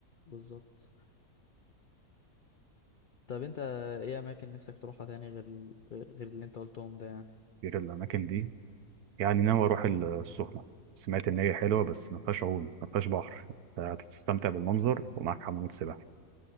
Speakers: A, on the left; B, on the right.
A: بالظبط طب انت ايه اماكن نفسك تروحها تاني غير ال- غير اللي انت قلتهم ده يعني
B: غير الاماكن دي يعني ناوي اروح ال- السخنه سمعت ان هي حلوه بس ما فيهاش عوم ما فيهاش بحر هتستمتع بالمنظر ومعاك حمامات سباحه